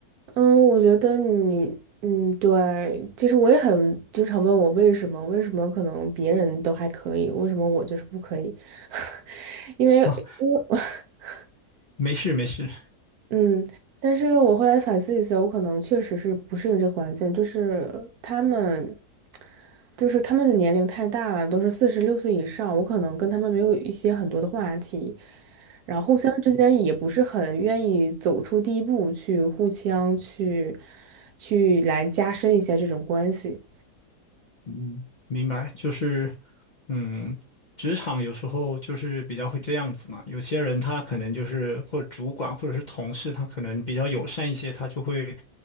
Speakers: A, on the right; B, on the left.
A: 嗯，我觉得你，嗯，对，其实我也很经常问我为什么，为什么可能别人都还可以，为什么我就是不可以？<laughs> 因为，
B: 啊，
A: 因为 <laughs>
B: 没事没事，
A: 嗯，但是我后来反思一下，我可能确实是不适应这环境，就是他们，就是他们的年龄太大了，都是四十六岁以上，我可能跟他们没有一些很多的话题，然后互相之间也不是很愿意走出第一步去互相去去来加深一下这种关系。
B: 嗯，明白，就是，嗯，职场有时候就是比较会这样子嘛。有些人他可能就是，或者主管或者是同事，他可能比较友善一些，他就会，